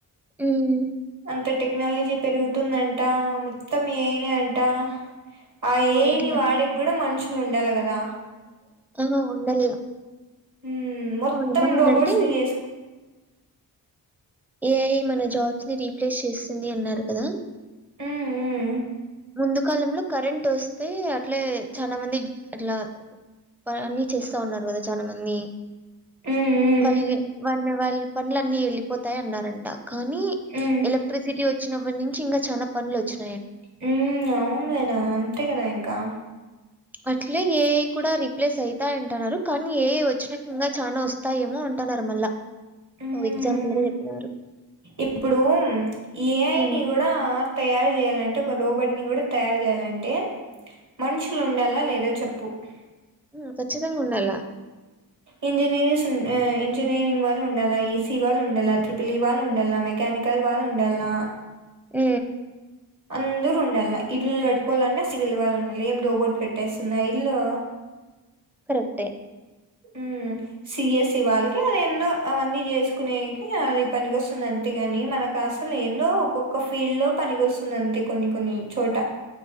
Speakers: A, in the centre; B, on the right.
A: ఉమ్
B: అంత టెక్నాలజీ పెరుగుతుందంటా మొత్తం ఏఐనే అంటా ఆ ఏఐని
A: ఓయమ్మ!
B: వాడిగ్గూడ మనషు ఉండాలీ కదా
A: హు ఉండాలా
B: ఉ మొత్తం
A: ఏమన్నారంటే
B: రోబోట్స్ ని చేసు
A: ఏఐ మన జాబ్స్ ని రీప్లేస్ చేస్తుంది అన్నారు కదా
B: ఉమ్
A: ముందుకాలంలో కరెంట్ ఒస్తే అట్లే చానా మంది అట్లా పని చేస్తా ఉన్నారు కదా చానా మందీ
B: ఉమ్ ఉమ్
A: వల్గే మన్ వాళ్ల్ పన్లన్నీ ఎళ్లిపోత్ తాయ అన్నారంట కానీ
B: ఉమ్ ఉమ్
A: ఎలక్ట్రిసిటీ వచ్ వచ్చినప్పటి నుంచి ఇంగ చాన పన్లు వచ్చిం
B: హ్మ్ అవును కదా అంతే కదా ఇంకా
A: అట్లే ఏఐ కూడా రిప్లేస్ అయితాయి అంటున్నారు కానీ ఏఐ వచ్చినాక ఇంగా చానా వస్తాయేమో అంటన్నారు మళ్ళా
B: హ్మ్
A: ఓ ఎగ్జాంపుల్‌గా చెప్పినారు.
B: ఇప్పుడు ఏఐని
A: హ్మ్.
B: గూడ తయారు చేయాలంటే ఒక రోబ ఇని కూడా తయారు చేయాలంటే మనుషులుండల్లా లేదా చెప్పు ప్పు
A: ఊ కచ్చిత ఉండలా
B: ఇంజనీరింగ్స్ ఇంజనీరింగ్ వాళ్ళు ఉండాల ఈసీ వాళ్ళు ఉండాల ట్రిపుల్ ఈ వాళ్ళు ఉండాలలా మెకానికల్ వాళ్ళు ఉండాలలా
A: ఉ
B: అందరూ ఉండాలి ఇల్లు కట్టుకోవాలి అన్న సివిల్ వాళ్లని ఏం రోబోట్ కట్టేస్తుందా ఇల్లు
A: కరెక్టే
B: ఉ సిఎస్సి వాళ్ళకి అది ఎన్నో అవన్నీ చేసుకునేకి అది పనికొస్తుంది అంతేగాని మనకు అసలు ఎన్నో ఒక్కొక్క ఫీల్డ్ లో పనికొస్తు ఉన్నంత కొన్ని కొన్ని చోట